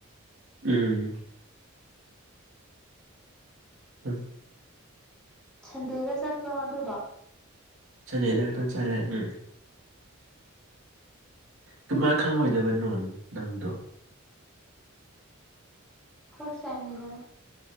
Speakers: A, on the right; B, in the centre.
A: ꯎꯝ ꯎꯝ <unintelligible>
B: ꯁꯟꯗꯦꯗ ꯆꯠꯄ꯭ꯔꯣ ꯑꯗꯨꯗꯣ
A: ꯁꯟꯗꯦꯗꯅ <unintelligible> ꯆꯠꯂꯦ ꯎꯝ ꯀꯃꯥꯏ ꯈꯪꯉꯣꯏꯗꯕ ꯅꯣꯟ ꯅꯪꯗꯣ
B: ꯐꯔꯁ ꯇꯥꯏꯝꯅꯤꯗꯅ